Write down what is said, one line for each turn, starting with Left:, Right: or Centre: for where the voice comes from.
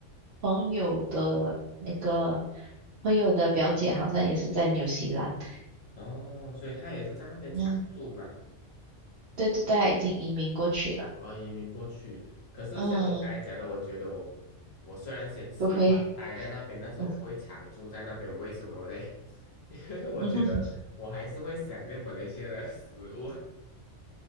Right: 朋友的那个朋友的表姐好像也是在纽西兰，
Left: 哦，所以他也是在那边常住嘛。
Right: 嗯，对对对，她已经移民过去了，
Left: 我要移民过去。可是像我刚才讲的，
Right: 嗯，
Left: 我觉得我我虽然喜喜欢待在那边，
Right: 不会，
Left: 但是我不会常住在那边。
Right: <laughs>
Left: 为什么嘞？<laughs> 因为我觉得我还是会想念马来西亚的食物，
Right: 嗯，